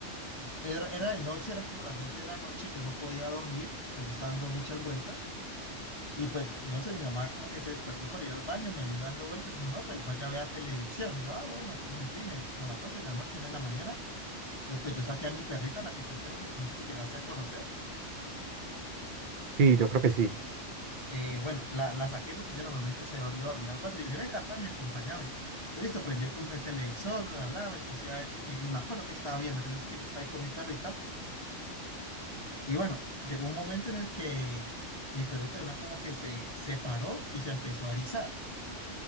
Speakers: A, on the left (about 25°); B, on the right (about 55°).
A: era, era de noche, eran como las 12 de la noche, yo no podía dormir, o sea, yo estaba dando muchas vueltas. Y pues, no sé, mi mamá como que se despertó para ir al baño, me vio dando vueltas, me dijo, no, pues vaya a ver televisión. Yo, ah, bueno, entonces me fui, me, como a las 12 de la noche, 1 de la mañana. Entonces, pues yo saqué a mi perrita, la que tú creo que, no sé si llegaste a conocer.
B: sí, yo creo que sí,
A: Eh, bueno, la, la saqué porque ella normalmente se iba a dormir al patio. Y yo le dije, venga, Tami, acompáñame. Entonces, listo, prendí el, com- el televisor, bla, bla, bla, me puse a ver, y ni, ni me acuerdo qué estaba viendo, que es que yo estaba ahí con mi perrita. Y bueno, llegó un momento en el que mi perrita de una como que se separó y se empezó a erizar.